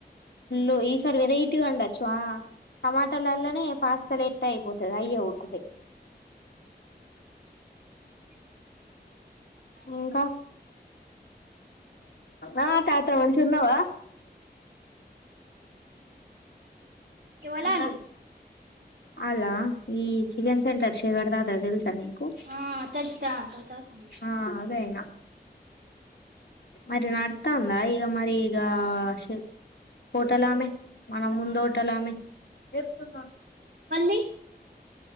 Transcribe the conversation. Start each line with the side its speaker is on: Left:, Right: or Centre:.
Left: ల్లో ఈసారి వెరైటీగా వొండొచ్చు ఆ టమాటాలల్లనే పాస్తలు ఎత్తే అయిపోతది అయ్యే ఉడుకుతాయ్.
Right: <inaudible>
Left: ఇంకా ఆ తాత మంచిగున్నావా
Right: ఎవలాలు
Left: ఇంకా అల్లా ఈ చికెన్ సెంటర్ చెదర్ దాదా తెలుసా నీకు
Right: ఆ తెలుసా త్య త త న
Left: ఆ అదే ఆయన మరి మడ్ త్తందా ఇక మరి ఇంగా సెర్ హోటల్ ఆమె మన ముందు హోటల్ ఆమె <unintelligible>
Right: <inaudible>